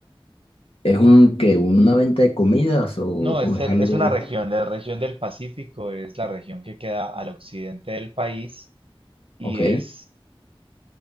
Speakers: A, on the left; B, on the right.
A: ¿Es un que una venta de comidas o, o
B: No, es,
A: es
B: el-
A: algo?
B: es una región. La región del Pacífico es la región que queda al occidente del país y
A: Ok,
B: es,